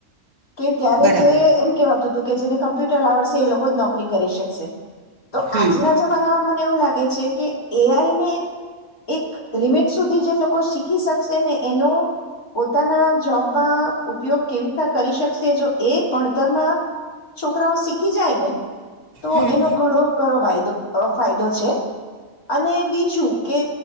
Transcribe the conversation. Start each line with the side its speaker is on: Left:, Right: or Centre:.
Left: છે. કે ત્યારે
Right: બરાબર
Left: જે એમ કેવાતું હતું કે જેને કમ્પ્યુટર આવડશે એ લોકો જ નોકરી કરી શકશે. તો
Right: હમ
Left: આજના જમાનામાં મને એવું લાગે છે કે એ આઈને એક લિમિટ સુધી જે લોકો શીખી શકશે ને એનો પોતાના જોબમાં ઉપયોગ કેવી રીતના કરી શકશે જો એ ભણતરમાં છોકરાઓ શીખી જાય ને તો
Right: હમ
Left: એનો ઘણો કરો વાયદો. અ ફાયદો છે અને બીજું કે